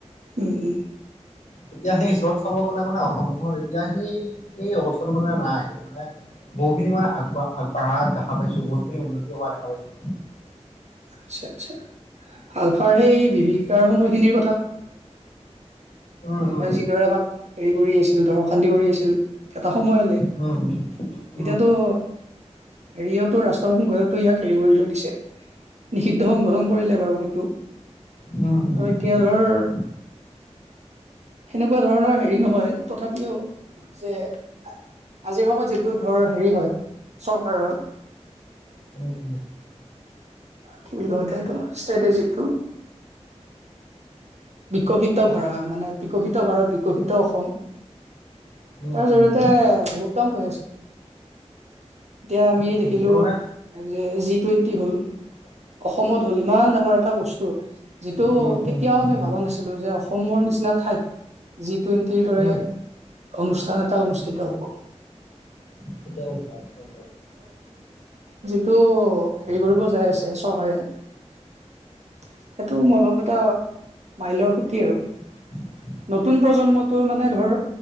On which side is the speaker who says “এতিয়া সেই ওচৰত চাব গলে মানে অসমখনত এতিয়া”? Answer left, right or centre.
Left